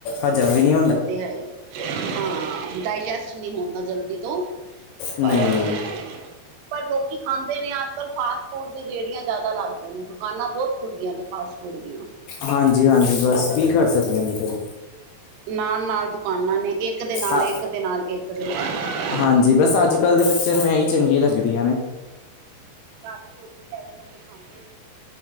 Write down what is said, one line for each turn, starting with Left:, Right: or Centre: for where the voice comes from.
Left: ਹਜਮ ਵੀ ਨੀ
Right: ਉਹ ਤੇ ਹੈ ਈ ਹੈ ਹਾਂ, ਡਾਇਜੈਸਟ ਨੀ ਹੁੰਦਾ ਜਲਦੀ ਤੋ।
Left: ਨਹੀਂ-ਨਹੀਂ
Right: ਪਰਲ <unintelligible> <unintelligible> ਪਰ ਲੋਕੀ ਖਾਂਦੇ ਨੇ ਅੱਜ ਕੱਲ੍ਹ ਫਾਸਟ ਫੂਡ ਦੀ ਰੇੜੀਆਂ ਜ਼ਾਦਾ ਲੱਗ ਗੀਆਂ ਨੇ ਦੁਕਾਨਾਂ ਬੋਤ ਖੁੱਲ ਗਿਆਂ ਨੇ ਫਾਸਟ ਫੂਡ ਉਡਦੀਆਂ
Left: ਹਾਂਜੀ, ਹਾਂਜੀ ਬਸ ਕੀ ਕਰ ਸਕਦੇ ਨੇ ਫੇਰ?
Right: ਨਾਲ, ਨਾਲ ਦੁਕਾਨਾਂ ਨੇ ਇੱਕ ਦੇ ਨਾਲ
Left: ਹਾਂ
Right: ਇੱਕ ਦੇ ਨਾਲ ਇੱਕ ਦੇ ਨਾਲ
Left: ਹਾਂਜੀ, ਬਸ ਅੱਜ ਕੱਲ੍ਹ ਦੇ ਬੱਚਿਆਂ ਨੂੰ ਏਹੀ ਚੰਗੀ ਲੱਗਦੀਆਂ ਨੇ।
Right: ਰਾਤ ਦੀ ਰੋਟੀ ਕਹਿ ਦੋ ਤੇ ਅਸੀਂ ਖਾਂਦੇ